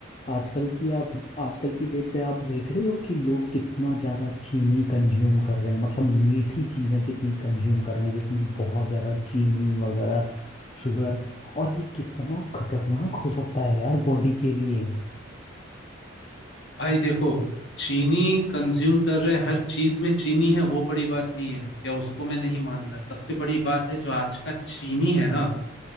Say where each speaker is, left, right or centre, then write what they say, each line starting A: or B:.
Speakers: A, on the left (about 30°); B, on the left (about 60°).
A: आजकल की आप आजकल की डेट पे आप देख रहे हो कि लोग कितना ज़्यादा चीनी कंज्यूम कर रहे हैं मतलब मीठी चीज़ें कितनी कंज्यूम कर रहे हैं जिसमें बहुत ज़्यादा चीनी वगैरह शुगर और ये कितना खतरनाक हो सकता है यार बॉडी के लिए
B: भाई देखो चीनी कंज्यूम कर रहे हैं हर चीज में चीनी है वो बड़ी बात नहीं है या उसको मैं नहीं मानता सबसे बड़ी बात है जो आज का चीनी है ना